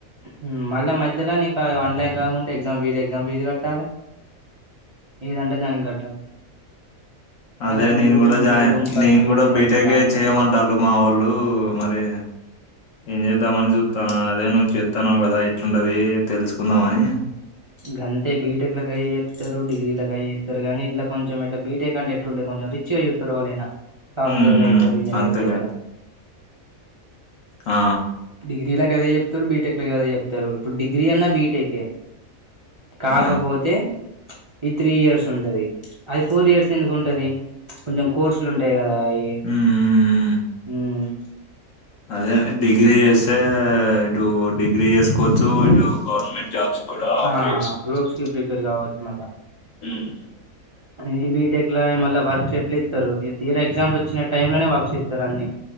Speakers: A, on the right (about 35°); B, on the left (about 65°).
A: ఉమ్ మళ్ళ మధ్యలో నీకు అది వన్ ల్యాక్ కాకుంటే ఎగ్జామ్ ఫీజ్ ఎగ్జామ్ ఫీజ్ గట్టాలి ఏదంటే దానికి కట్టాలి
B: అదే
A: మళ్ళా
B: నేను
A: నువ్వు రూమ్
B: గుడ
A: ఉంటే
B: జాయిన్
A: రూమ్ ఖర్చు
B: నేను గుడా
A: ఇదంతా
B: బీటెక్
A: టాస్క్
B: ఏ చేయమంటాళ్ళు మా ఓళ్ళు మరే ఏం చేద్దామని జూత్ తను అదే నువ్వు చేత్తన్నావు గదా ఎట్లుంటదీ తెలుసుకుందాం అని
A: గంతే బీటెక్ లా గదే చెప్తరు డిగ్రీలో గదే చెప్తరు గానీ ఇట్ల కొంచం ఇట్ల బీటెక్ అంటే ఎట్లుంటది కొంచం రిచ్ చిగ చూత్తరు వాళ్ళైన సాఫ్ట్వేర్లు
B: ఉమ్,
A: అయితరు
B: ఉమ్,
A: ఇంజనీర్లు
B: అంతేలే
A: అయితరని
B: ఆ!
A: డిగ్రీలక్ గదే చెప్తురు బీటెక్లో గదే చెప్తరు ఇప్పుడు డిగ్రీ అన్నా బీటెక్ ఎ కాకపోతే
B: ఆ!
A: ఇది త్రీ ఇయర్స్ ఉంటది అది ఫోర్ ఇయర్స్ ఎందుకు ఉంటది కొంచం కోర్సులు ఉంటాయి కదా అయి
B: హ్మ్. హ్మ్.
A: ఉమ్
B: అదే డిగ్రీ చేస్తే హే ఇటు డిగ్రీ చేసుకోచ్చు ఇటు గవర్నమెంట్ జాబ్స్ కూడా అప్లై
A: ఆ
B: చేసుకోవచ్చు.
A: గ్రూప్స్ కి ప్రిపేర్ కావచ్చు మళ్ల
B: హ్మ్.
A: ఏ బీడ్ అంటే ఎట్ల మళ్ళ వర్క్స్ ఎట్ల ఇత్తరు తీర్ తీరా ఎగ్జామ్స్ వచ్చిన టైమ్ లోనే వర్క్స్ ఇత్తరు అన్ని